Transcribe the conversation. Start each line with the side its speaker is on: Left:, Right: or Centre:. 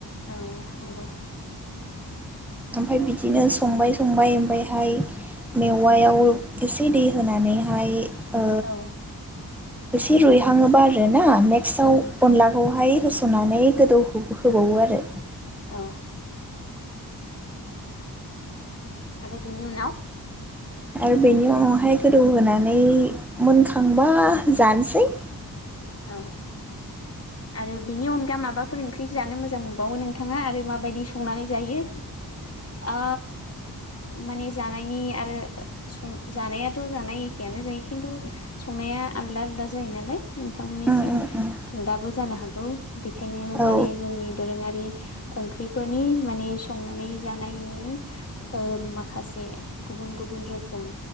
Left: औ नंगौ।
Centre: ओमफ्राय बिदिनो संबाय संबाय ओमफ्रायहाय मेवायाव एसे दै होनानैहाय ओ
Left: औ
Centre: एसे रुइहाङोबा आरो ना नेक्साव
Left: उम
Centre: अनलाखौहाय होस'नानै गोदौ हो- होबावो आरो।
Left: औ आरो बेनि उनाव?
Centre: आरो बेनि उनावहाय गोदौहोनानै मोनखांबा जानोसै। <inaudible>
Left: औ आरो बेनि अनगा माबाफोर ओंख्रि जानो मोजां मोनबावो नोंथाङा आरो माबायदि संनानै जायो? आ <unintelligible> माने जानायनि आरो सं जानायाथ' जानाय एखेआनो जायो खिन्थु संनाय या आलदा आलदा जायो नालाय। नोंथांनिथिं
Centre: उम उम उम
Left: आलदाबो जानो हागौ बेखायनो
Centre: औ
Left: माने जोंनि दोरोङारि ओंख्रिफोरनि माने संनानै जानायनि ओ माखासे गु बुन गुबुन रोखोम